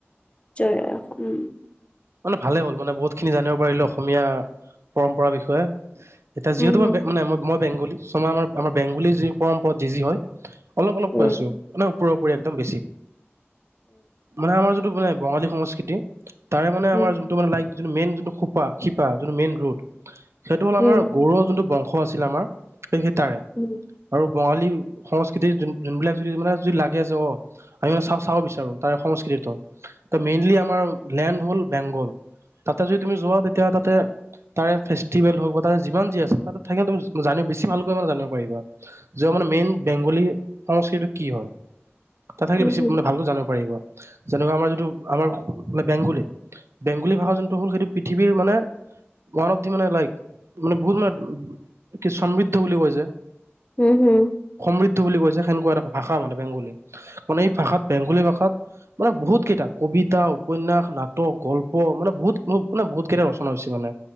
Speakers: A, on the left (about 25°); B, on the right (about 85°).
A: জয় আই অসম।
B: মানে ভালে হ'ল, মানে বহুত খিনি জানিব পাৰিলো অসমীয়া পৰম্পৰা বিষয়ে। এতিয়া যিহেতু
A: উম
B: মই
A: হম।
B: মানে মই বেংগলী চ' আমাৰ আমাৰ বেংগলী যি পৰম্পৰাত যি যি হয়। অলপ অলপ
A: উম
B: কৈ আছোঁ মানে ওপৰে ওপৰে একদম বেছি মানে আমাৰ যোনটো মানে বঙালী সংস্কৃতি তাৰে মানে আমাৰ
A: উম
B: যোনটো মানে, লাইক যোনটো মেইন যোনটো খোঁপা, শিপা যোনটো মেইন ৰোড। সেইটো হ'ল আমাৰ
A: উম
B: গৰুৱ যোনটো বংশ আছিল আমাৰ সেই তাৰে।
A: উম
B: আৰু বঙালী সংস্কৃতি যোন যোনবিলাক যদি মানে, যদি লাগে য আমি মানে চা চাব বিচাৰো তাৰে সংস্কৃতিটো ত মেইনলি আমাৰ লেণ্ড হল বেংগল। তাতে যদি তুমি যোৱা, তেতিয়া তাতে তাৰে ফেষ্টিভেল হওক, বা তাৰে যিমান যি আছে তাতে থাকিলে, তুমি জানি বেছি ভালকৈ মানে জানিব পাৰিবা। যে আমাৰ মেইন বেংগলী সংস্কৃতিটো কি হয় তাত থাকিলে
A: উম
B: বেছি
A: উম
B: মানে ভালকৈ জানিব পাৰিব। যেনেকুৱা আমাৰ যিটো আমাৰ মানে, বেংগলী বেংগলী ভাষা-যোনটো হল সেইটো পৃথিৱীৰ মানে ওৱান অফ দি মানে লাইক মানে, বহুত মানে কি সমৃদ্ধ বুলি কয় যে
A: হম হম
B: সমৃদ্ধ বুলি কয় য়ে, সেনকুৱা এটা ভাষা মানে বেংগলী। মানে এই ভাষাত, বেংগলী ভাষাত মানে বহুত কেইটা কবিতাও উপন্যাস, নাটক, গল্প মানে বহুত বহু মানে বহুত কেইটা ৰচনা হৈছে মানে।